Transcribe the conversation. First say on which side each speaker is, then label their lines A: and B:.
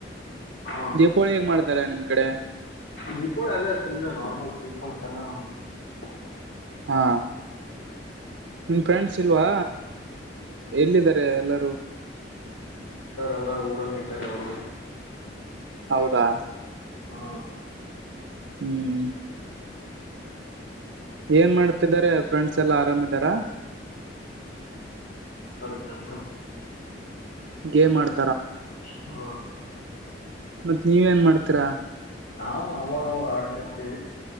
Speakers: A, on the left; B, on the right.
A: ಹಾ
B: ದೀಪಾವಳಿ ಹೇಗ ಮಾಡತ. ತಾರೇ ನಿಮ್ ಕಡೆ.
A: ದೀಪಾವಳಿ ಅಲ್ಲೇ ಸುಮ್ನೆ ನಾರ್ಮಲ್. ಪೀಪಲ್ಸ್ ಎಲ್ಲಾ ನಮ್ಮ ಹಳ್ಳಿ ಕಡೆ.
B: ಹಾ ನಿಮ್ ಫ್ರೆಂಡ್ಸ್ ಇಲ್ವಾ ಎಲ್ಲಿದರೆ ಎಲ್ಲರೂ.
A: ಅವರೆಲ್ಲ ಊರಲ್ಲೇ ಇದ್ದಾರೆ ಅವರು.
B: ಹೌದಾ.
A: ಹ.
B: ಹ್ಮ್. ಏನ್ ಮಾಡ್ತಿದ್ದಾರೆ ಫ್ರೆಂಡ್ಸ್ ಎಲ್ಲಾ ಆರಾಮಿದಾರ.
A: ಚಂತನಕ.
B: ಗೇಮ್ ಆಡತ್.
A: ಹ.
B: ಮತ್ ನೀವ ಏನ್ ಮಾಡ್ತೀರಾ.
A: ನಾವು ಅವಾಗ ಅವಾಗ ಆಡ್ತಾ ಇರ್ತೀವಿ.